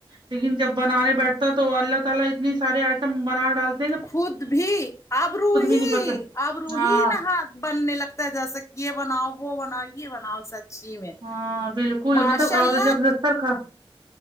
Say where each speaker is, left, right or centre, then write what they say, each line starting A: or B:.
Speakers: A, on the right; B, on the left.
A: لیکن جب بنانے بیٹھتا تو اللہ تعالی اتنی سارے آئٹم بنا ڈالتا
B: خود بھی ابروحی
A: نہیں پتا
B: اب روح
A: ہاں
B: نہات بننے لگ جیسا کہ یہ بناؤ وہ بناؤ یہ بناؤ سچ چھی میں
A: ہاں بالکل
B: ماشاء
A: مطلب
B: اللہ
A: اور جب دستر خان